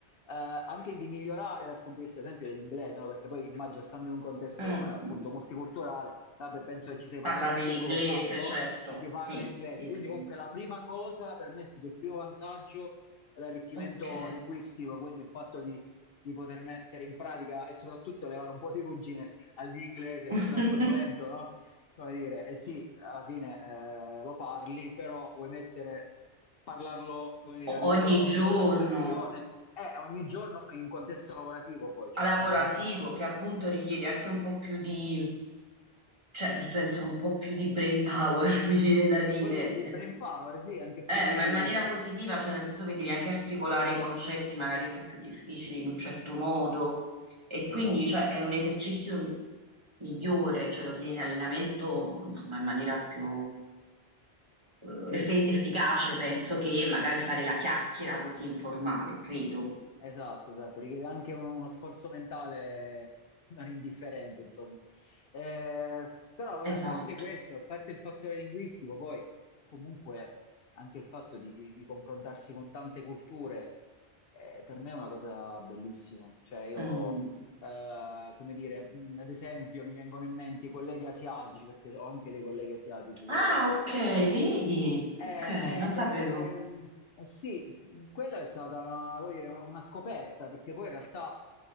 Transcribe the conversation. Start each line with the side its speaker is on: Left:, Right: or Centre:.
Left: eh, anche di migliorare dal punto di vista, ad esempio, dell'inglese, no? Perché poi immagino, stando in un contesto
Right: Mm.
Left: eh, appunto multiculturale, vabbè, penso che ci sei
Right: Parlate
Left: passato anche
Right: in inglese,
Left: tu, lo sai, no?
Right: certo.
Left: Si parla
Right: Sì,
Left: in inglese,
Right: sì, sì.
Left: quindi comunque la prima cosa per me è stato il primo vantaggio è l'arricchimento
Right: Ok.
Left: linguistico, quindi il fatto di, di poter mettere in pratica e soprattutto levare un po' di ruggine al mio inglese
Right: <laughs>
Left: che fino a quel momento, no? come dire, eh sì, alla fine eh, lo parli, però vuoi mettere, parlarlo, come dire,
Right: O-
Left: a livello
Right: Ogni giorno
Left: di conversazione, eh, ogni giorno in contesto lavorativo poi, cioè
Right: a lavorativo
Left: c'è una certa,
Right: che appunto richiede anche un po' più di, cioè nel senso un po' più di brain power, <laughs> mi viene da dire.
Left: un po' di, di brain power, sì, anche
Right: Eh,
Left: più di...
Right: ma in maniera positiva, cioè nel senso che devi anche articolare i concetti magari anche più difficili in un certo modo e quindi
Left: Esatto,
Right: cioè, è un esercizio migliore, cioè lo tieni in allenamento insomma, in maniera più eh,
Left: sì.
Right: effe- efficace, penso, che magari fare la chiacchiera così informale, credo.
Left: Esatto, esatto, richiede anche un- uno sforzo mentale non indifferente, insomma. Eh, però, vabbè,
Right: Esatto.
Left: a parte questo, a parte il fattore linguistico, poi comunque anche il fatto di, di- di confrontarsi con tante culture, eh, per me è una cosa bellissima. Cioè, io,
Right: Mm.
Left: eh, come dire, mh, ad esempio, mi vengono in mente i colleghi asiatici, perché ho anche dei colleghi asiatici al
Right: Ah,
Left: lavoro,
Right: ok, vedi?
Left: eh,
Right: Ok, non sapevo.
Left: eh, ehm, eh sì, quella è stata una, vuol dire, una- una scoperta, perché poi in realtà